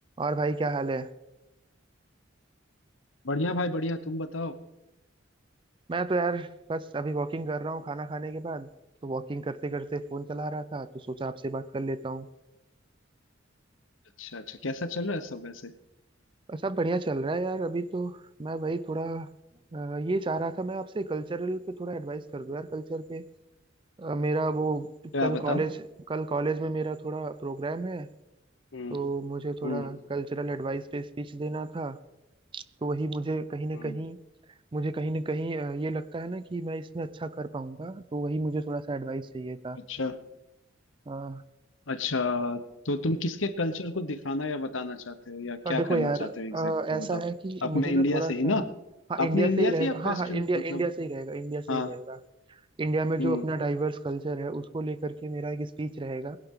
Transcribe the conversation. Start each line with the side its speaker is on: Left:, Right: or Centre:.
Right: और भाई क्या हाल है
Left: बढ़िया भाई बढ़िया तुम बताओ
Right: मैं तो यार बस अभी वॉकिंग कर रहा हूँ खाना खाने के बाद तो वॉकिंग करते करते फोन चला रहा था तो सोचा आपसे बात कर लेता हूँ
Left: अच्छा अच्छा कैसा चल रहा है सब वैसे
Right: और सब बढ़िया चल रहा है यार अभी तो मैं वही थोड़ा अ, ये चाह रहा था मैं आपसे कल्चरल पे थोड़ा एडवाइस कर दो यार कल्चर पे अ, मेरा वो
Left: क्या
Right: कल
Left: बताओ
Right: कॉलेज कल कॉलेज में मेरा थोड़ा प्रोग्राम है
Left: हम्म
Right: तो मुझे थोड़ा
Left: हम्म
Right: कल्चरल एडवाइस पे स्पीच देना था तो वही मुझे कहीं ना
Left: हम्म
Right: कहीं मुझे कहीं ना कहीं अ, ये लगता है ना कि मैं इसमें अच्छा कर पाऊंगा तो वही मुझे थोड़ा सा एडवाइस चाहिए
Left: अच्छा
Right: था
Left: अच्छा तो तुम किसके कल्चर को दिखाना या बताना चाहते हो या
Right: अ,
Left: क्या
Right: देखो
Left: करना
Right: यार
Left: चाहते
Right: अ,
Left: हो एग्जैक्टली exactly
Right: ऐसा
Left: बताओ
Right: है कि मुझे
Left: अपने
Right: ना
Left: इंडिया
Right: थोड़ा
Left: से
Right: सा
Left: ही ना
Right: हाँ इंडिया
Left: अपने
Right: से
Left: इंडिया
Right: ही रहेगा
Left: से या
Right: हाँ
Left: वेस्टर्न
Right: हाँ इंडिया
Left: मतलब
Right: इंडिया से ही रहेगा इंडिया से
Left: हाँ
Right: ही रहेगा इंडिया में
Left: हम्म
Right: जो अपना डाइवर्स कल्चर है उसको लेकर के मेरा एक स्पीच रहेगा